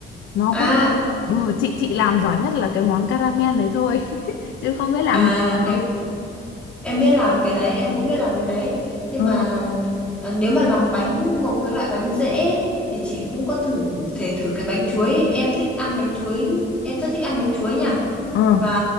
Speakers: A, on the left; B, in the centre.
A: nó
B: À
A: cũng ừ, chị chị làm giỏi nhất là cái món caramel đấy thôi <laughs> chứ không biết làm
B: à
A: nhiều
B: em
A: đâu
B: em biết làm cái đấy, em cũng biết làm cái đấy. Nhưng
A: Ờ,
B: mà ờ, nếu mà làm bánh một cái loại bánh dễ ấy, thì chị cũng có thử thể thử cái bánh chuối ấy. Em thích ăn bánh chuối, em rất thích ăn bánh chuối nha.
A: Ờ.
B: và